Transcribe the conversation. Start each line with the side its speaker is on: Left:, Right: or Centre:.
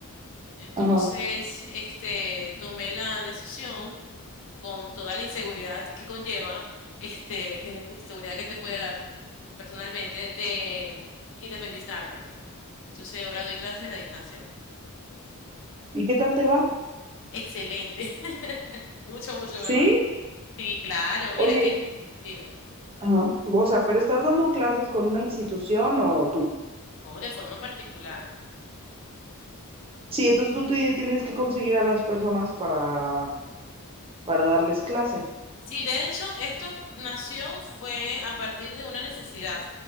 Left: Entonces,
Right: Ajá.
Left: este, tomé la decisión con toda la inseguridad que conlleva, este, que la inseguridad que te puede dar personalmente de independizarme. Entonces ahora doy clases a distancia.
Right: ¿Y qué tal te va?
Left: Excelente, <laughs> mucho, mucho
Right: ¿Sí?
Left: mejor. Sí, claro, mira
Right: Oye,
Left: que, dime,
Right: Ajá. O sea, pero estás dando clases con una institución o tú.
Left: no, de forma particular.
Right: Sí, entonces tú te- tienes que conseguir a las personas para, para darles clase.
Left: Sí, de hecho, esto nació fue a partir de una necesidad.